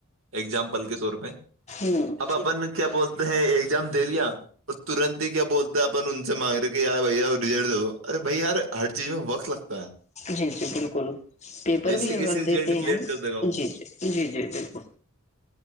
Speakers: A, on the right (about 70°); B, on the left (about 35°).
A: اگزامپل کے طور پہ
B: ہوں
A: اب اپن کیا ب ایگزام دے لیا اور ترنت ہی کیا بولتا ہے اپن ان سے مانگ رہے کہ یار بھ ریزلٹ د دو ارے بھائی ار ہر چیز میں وقت لگتا ہے
B: جی جی بالکل پیپر
A: ایسے
B: بھی
A: کیسے
B: اگر
A: ریزلٹ
B: دیتے
A: ڈکلیئر
B: ہیں
A: کر دے گا وہ
B: جی جی جی جی بالکل